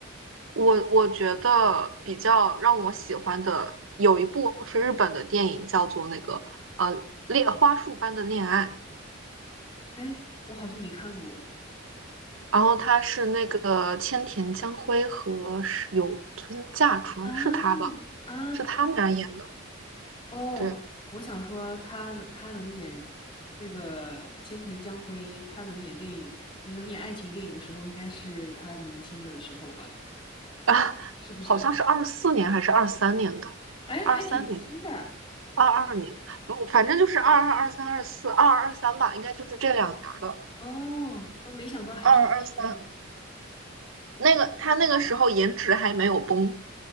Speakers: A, on the right; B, on the left.
A: 我我觉得比较让我喜欢的有一部是日本的电影，叫做那个呃恋花束般的恋爱，
B: 哎，我好像没看过
A: 然后他是那个千田江辉和是有村架纯是他吧？
B: 啊啊！
A: 是他们俩演的，
B: 哦，
A: 对
B: 我想说他能他能演那个千田江辉，他能演电影，能演爱情电影的时候，应该是他年轻的时候吧？
A: 啊，<laughs>
B: 是不是？
A: 好像是二四年还是二三年的，
B: 哎，
A: 二三年、
B: 还挺新的
A: 二二年，不，反正就是二二、二三、二四、二二、二三吧，应该就是这两年儿的，
B: 哦，哦，没想到还挺新的。
A: 二二、二三。那个他那个时候颜值还没有崩，